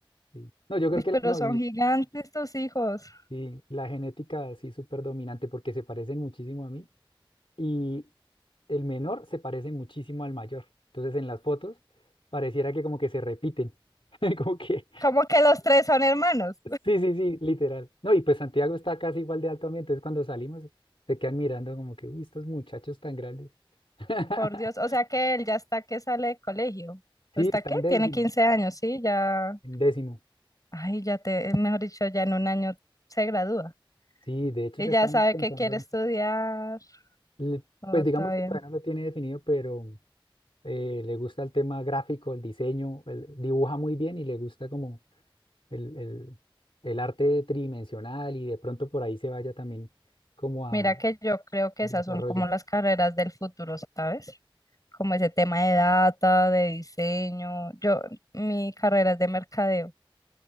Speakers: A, on the left; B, on the left.
A: sí. No, yo
B: Uy,
A: creo que
B: pero
A: la, no,
B: son
A: mi,
B: gigantes tus hijos.
A: sí, la genética sí súper dominante porque se parecen muchísimo a mí y el menor se parece muchísimo al mayor. Entonces en las fotos pareciera que como que se repiten, <laughs> como que...
B: Como que los tres son hermanos.
A: Sí, sí, sí, literal. No, y pues Santiago está casi igual de alto a mí, entonces cuando salimos se quedan mirando como que, uy, estos muchachos tan grandes. <laughs>
B: Por Dios, o sea que él ya está que sale de colegio. ¿Está
A: Sí, están
B: qué?
A: décimo,
B: Tiene 15 años, sí, ya,
A: en décimo.
B: ay, ya te, mejor dicho, ya en un año se gradúa
A: Sí, de hecho
B: y
A: ya
B: ya
A: estamos
B: sabe
A: pensando,
B: que quiere estudiar.
A: le-
B: Oh,
A: pues
B: está
A: digamos
B: bien.
A: que todavía no lo tiene definido, pero eh, le gusta el tema gráfico, el diseño, él dibuja muy bien y le gusta como el, el- el arte tridimensional y de pronto por ahí se vaya también como a
B: Mira que yo creo que
A: desarrollo.
B: esas son como las carreras del futuro, ¿sabes? Como ese tema de data, de diseño. Yo, mi carrera es de mercadeo.